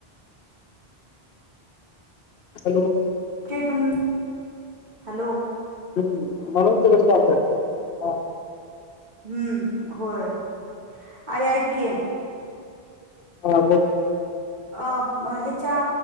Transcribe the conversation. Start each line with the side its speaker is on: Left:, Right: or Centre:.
Left: हॅलो.
Right: तेतुन हॅलो.
Left: हम्म म्हणून तिकडे जास्त झालाय आ.
Right: हम्म होय अरे ऐक की.
Left: हा बोल.
Right: अ म ह्याच्या